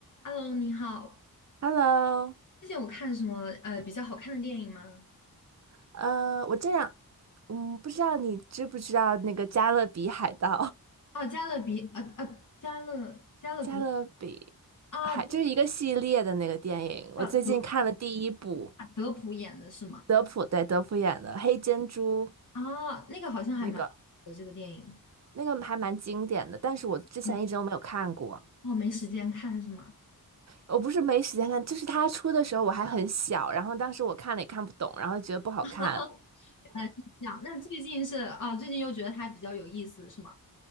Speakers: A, on the left (about 55°); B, on the right (about 45°).
A: Hello，你好。
B: Hello，
A: 最近有看什么呃比较好看的电影吗？
B: 呃，我这样，嗯，不知道你知不知道那个《加勒比海盗》
A: 哦，加勒比，啊啊，加勒加勒比
B: <laughs>《加勒比海》就是一个系列的那个电影。
A: 啊，对了，
B: 我最近看了第一部，
A: 德啊德普演的是吗？
B: 德普对德普演的《黑珍珠》，
A: 啊，那个好像还蛮的这个电影。
B: 那个那个还蛮经典的，但是我之前一直都没有看过。
A: 对，哦，没时间看是吗？
B: 我不是没时间看，就是他出的时候我还很小，然后当时我看了也看不懂，然后觉得不好看，
A: <laughs> 原来是这样。那最近是啊，最近又觉得它比较有意思是吗？